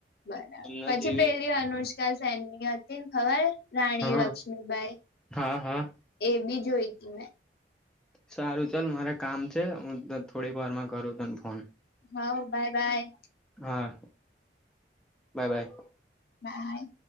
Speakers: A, on the left (about 60°); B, in the centre.
A: બરાબર
B: એમના
A: પછી
B: જેવી
A: પેલી અનુષ્કા સેનની હતી ને ખબર રાણી
B: હા
A: લક્ષ્મીબાઈ
B: હા હા
A: એ બી જોઈ તી મેં
B: સારું ચાલ મારે કામ છે હું તન થોડીક વારમાં કરું તને ફોન
A: હા બાય બાય.
B: હા બાય બાય.
A: બાય